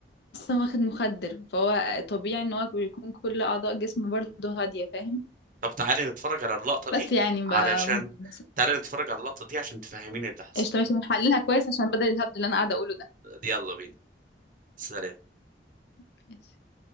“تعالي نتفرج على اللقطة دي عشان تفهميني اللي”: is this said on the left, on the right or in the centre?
Right